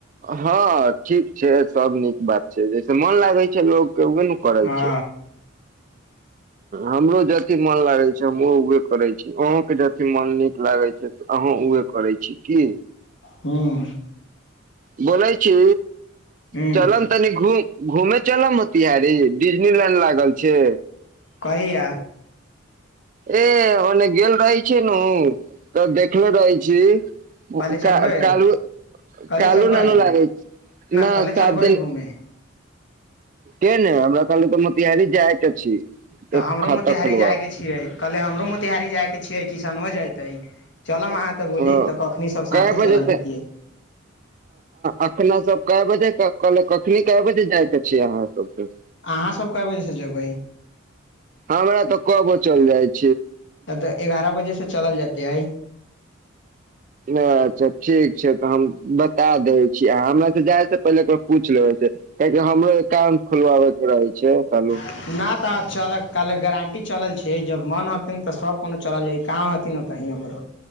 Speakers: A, on the right; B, on the left.
A: हँ ठीक छै सब नीक बात छै से मन लागै छै लोग के उे ने करै
B: हँ
A: छै हमरो जति मन लागै छै हम ओ उे करे छी अहं के जथ मन नीक लागे छै अहाँं उे करै छी की
B: ह्म
A: बोलाय छी
B: हूँ
A: चलन तनी घू घुमे चलम होतिहारहारी डिजनी लाइन लागल छै
B: कहिया
A: ए ओने गेल रहै छै ने तऽ देखलो रहै छी
B: कहले चलबै
A: काल
B: कहले
A: कालो
B: चलबै
A: ननू लागै छै न
B: कहले
A: सात
B: चलबै
A: दिन
B: घूमे तऽ
A: के ने हमरा ताले तऽ मोतिहारी जायके छी
B: तऽ
A: एक
B: हमरो
A: खाता
B: मोतिहारी
A: खोलबाबे
B: जाय के छियै कहले हमरो मोतिहारी जाय के छिये किसान हो जतै चलमहाँ तऽ बोली
A: हँ
B: तऽ कखनी सब
A: कै
B: साथे
A: बजे
B: चलल
A: से
B: जेतिियै
A: अ अखना सब कए बजे कखनी कए बजे जाय छै जी अहाँ सब
B: अहाँसभ कए बजे स जेबै
A: हँ भरा तऽ कब चलि जाइ छै
B: त एगारह बजे से चलल जेते हई
A: अच्छा ठीक छै तऽ हम बता दै छी आ हमरा त जाय से पहिलेरा पूछ लेबै से काहि हमरो एकाउंट खोलवाबे के रहे छै चालू
B: न चल कल गारं्टी चल छै जब मन हतन तऽ सब कोनो चल जाय कहाँ हथिन हो तऽ ही हमरो